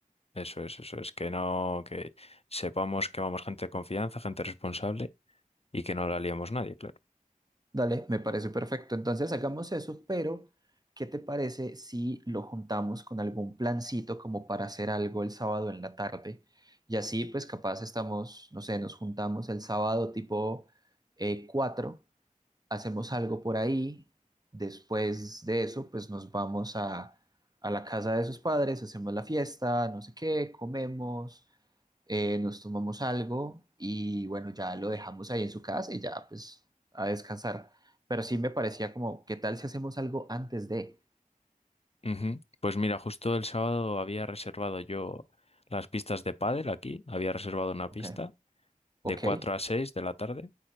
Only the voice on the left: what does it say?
eso es, eso es, que no, que sepamos que vamos gente de confianza, gente responsable y que no la liemos nadie, claro.
Ujú. Pues mira, justo el sábado había reservado yo las pistas de pádel aquí, había reservado una
pista de
4 a 6 de la tarde.